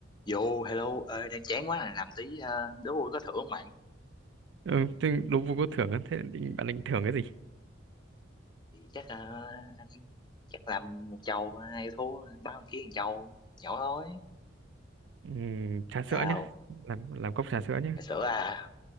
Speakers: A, on the left; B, on the right.
A: Yo, hello, ơi đang chán quá à, làm tí ờ, đố vui có thưởng không bạn?
B: ừ, thế đố vui có thưởng á. thế định bạn định thưởng cái gì
A: Thì chắc ờ, anh em chắc làm một chầu hai thua ba thằng kia một chầu nhỏ thôi.
B: Ừm, trà sữa
A: Sao?
B: nhá làm làm cốc trà sữa nhá
A: Trà sữa à?